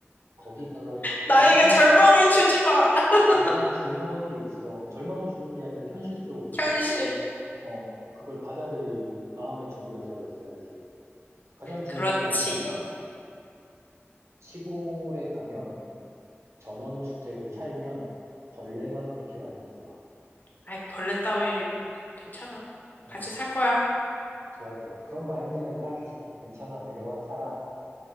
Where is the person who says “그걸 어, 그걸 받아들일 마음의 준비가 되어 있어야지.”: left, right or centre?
Right